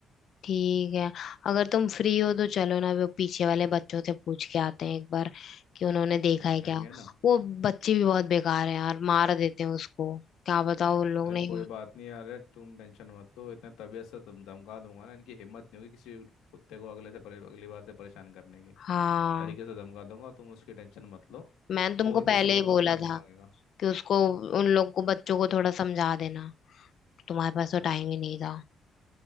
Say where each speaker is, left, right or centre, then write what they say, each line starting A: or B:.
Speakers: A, on the left; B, on the left.
A: ठीक है अगर तुम फ्री हो तो चलो ना वो पीछे वाले बच्चों से पूछ के आते हैं एक बार कि उन्होंने देखा
B: हम
A: है
B: जाएंगे
A: क्या
B: ना
A: वो बच्चे भी बहुत बेकार हैं यार मार देते हैं उसको क्या बताओ उन लोग
B: अरे
A: ने
B: कोई बात नहीं अरे तुम टेंशन मत लो इतने तबीयत से तुम धमका दूंगा ना इनकी हिम्मत नहीं होगी किसी कुत्ते को अगले से परे- अगली बार से परेशान करने की
A: हाँ
B: तरीके से धमका दूंगा तुम उसकी टेंशन मत लो
A: मैंने तुमको
B: कोई
A: पहले
B: किसी को
A: ही
B: पत्थर
A: बोला
B: नहीं
A: था
B: मांगेगा
A: कि उसको उन लोग को बच्चों को थोड़ा समझा देना तुम्हारे पास तो
B: हम्म
A: टाइम ही नहीं था